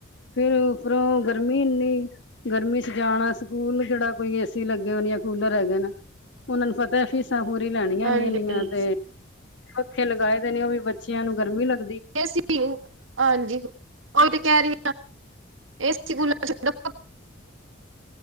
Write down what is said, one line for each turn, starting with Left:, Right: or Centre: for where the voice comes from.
Left: ਫਿਰ ਉੱਪਰੋਂ ਗਰਮੀ ਇਨੀ- ਗਰਮੀ 'ਚ ਜਾਣਾ ਸਕੂਲ ਕਿਹੜਾ ਕੋਈ ਏਸੀ ਲਗੇ ਹੋ ਜਾਂ ਕੂਲਰ ਹੈਗੇ ਨੇ ਉਹਨਾ ਨੂੰ ਪਤਾ ਹੈ। ਫੀ- ਫੀਸਾਂ ਪੂਰੀ ਲੈਣੀਆਂ
Right: ਹਾਂਜੀ
Left: ਇਨੀੇ ਇਨੀਆਂ
Right: ਹਾਂਜੀ
Left: ਤੇ ਪੱੱਖੇ ਲਗਾਏ ਦੇ ਨੇ ਉਹ ਵੀ ਬੱਚਿਆਂ ਨੂੰ ਗਰਮੀ ਲੱ-
Right: <unintelligible> ਹਾਂਜੀ ਉਹ ਤੇ ਕਹਿ ਰਹੀ ਇਹ ਸਕੂਲ ਛੱਡੋ